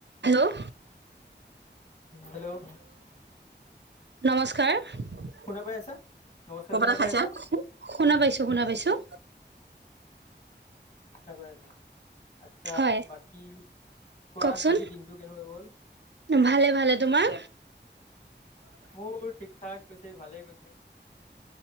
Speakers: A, on the right; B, on the left.
A: Hello
B: hello
A: নমস্কাৰ <unintelligible>
B: শুনা পাই আছা? নমস্কাৰ শুনা
A: খাইছা
B: পাই আছা?
A: শুনা পাইছো শুনা পাইছো।
B: সব আছে আচ্ছা!
A: হয়
B: বাকী কোৱা,
A: কওকচোন
B: আজি দিনটো কেনেকুৱা গল?
A: ভালে ভালে তোমাৰ
B: মোৰ, ঠিক ঠাক। গৈছে ভালে গৈ,